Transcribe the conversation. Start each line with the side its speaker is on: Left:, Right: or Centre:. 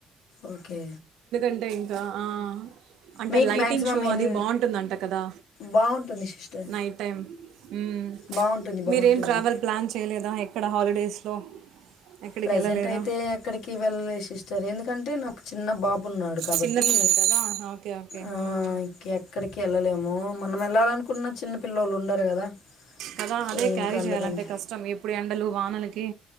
Left: ఓకే
Right: ఉంట ఇంకా ఆ అంటే
Left: మీకు
Right: లైటింగ్
Left: మ్యాక్సిమం
Right: షో
Left: ఎన్ని
Right: అది బాగుంటుందంట కదా
Left: బాగుంటుంది సిస్టర్
Right: నైట్ టైం ఉమ్
Left: బాగుంటుంది బాగుంటుంది
Right: మీరేం ట్రావెల్ ప్లాన్ చేయలేదా ఎక్కడ హాలిడేస్లో ఎక్కడికి
Left: ప్రజెంట్
Right: వెళ్ళలేదా
Left: అయితే ఎక్కడికి వెళ్ళలే సిస్టర్ ఎందుకంటే నాకు చిన్న బాబు ఉన్నాడు. కాబట్టి
Right: చిన్న పిల్లలు కదా ఓకే ఓకే
Left: ఆ
Right: మ్మ్.
Left: ఓకే ఇక్కడికి వెళ్ళలేము మనం వెళ్ళాలినుకున్న చిన్న పిల్లళ్లు ఉండరు కదా
Right: కదా
Left: సో
Right: అదే
Left: ఇంకా
Right: క్యారీ
Left: అందుకని
Right: చేయాలంటే కష్టం ఎప్పుడు ఎండలు, వానలకి